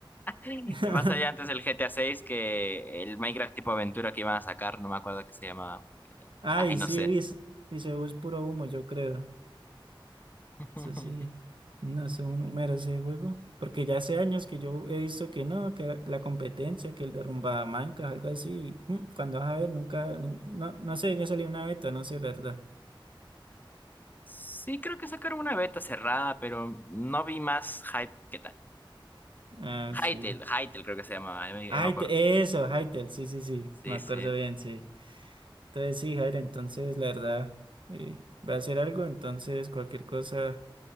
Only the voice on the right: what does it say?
<laughs>
Ay,
sí,
dice, dice, es puro humo, yo creo.
Eso sí, no es un número ese juego. Porque ya hace años que yo he visto que no, que la competencia, que el derrumba Minecraft, algo así. mm, Cuando vas a ver, nunca, nin- no, no sé, ya salió una beta, no sé, la verdad.
Ah, sí.
Hytale,
eso, Hytale, sí, sí, sí,
me acuerdo
bien, sí. Entonces sí, Jair, entonces la verdad, eh, voy a hacer algo, entonces cualquier cosa,